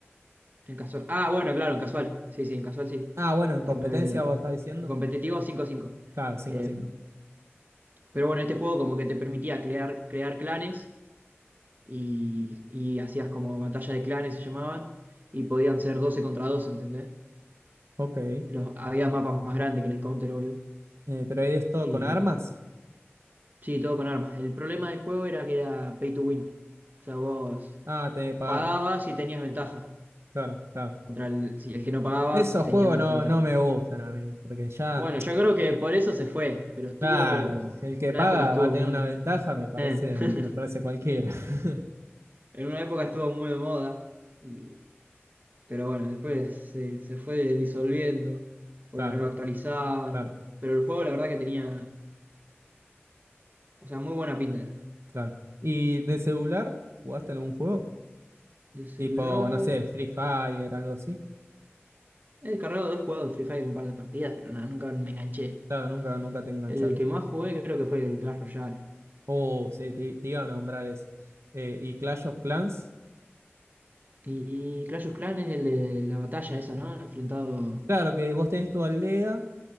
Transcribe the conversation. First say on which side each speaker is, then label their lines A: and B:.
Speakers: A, on the right; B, on the right.
A: En casual. Ah, bueno, claro, en casual. Sí, sí, en casual sí.
B: Ah, bueno, en competencia
A: eh, me había olvidado.
B: vos estás diciendo.
A: En competitivo cinco 5
B: Claro, cinco,
A: Eh,
B: cinco.
A: pero bueno, este juego como que te permitía crear, crear clanes y, y hacías como batalla de clanes se llamaban, y podían ser doce contra doce ¿entendés?
B: Ok. Eh,
A: Los, había mapas más grandes que en el Counter, obvio.
B: pero es todo
A: Eh,
B: con armas.
A: sí, todo con armas. El problema del juego era que era pay to win. O sea, vos
B: Ah, tenés que pagar.
A: pagabas y tenías ventaja.
B: Claro, claro.
A: Contra el, si el que no pagaba
B: Esos
A: tenía
B: juegos
A: menos
B: no,
A: ventaja.
B: no me gustan a mí, porque ya
A: Bueno, yo creo que por eso se fue, pero estuvo,
B: Claro, el que
A: una
B: paga
A: época estuvo,
B: va a tener
A: mm,
B: una ventaja, me parece,
A: eh. <laughs>
B: me parece cualquiera. <laughs>
A: en una época estuvo muy de moda, y, pero bueno, después se, se fue disolviendo porque
B: Claro,
A: no lo actualizaban,
B: claro,
A: pero el juego la verdad que tenía, o sea, muy buena pinta era.
B: claro. ¿Y de celular? ¿Jugaste algún juego?
A: De celular.
B: Tipo, no sé, Free Fire, algo así.
A: He descargado, he jugado Free Fire un par de partidas, pero nada, nunca me enganché.
B: Claro, nunca, nunca te enganchaste.
A: El que más jugué creo que fue el Clash Royale.
B: Oh, sí, te, te iba a nombrar ese. Eh, y Clash of Clans.
A: Y Clash of Clans es el de la batalla esa, ¿no? Enfrentado.
B: Claro que vos tenés tu aldea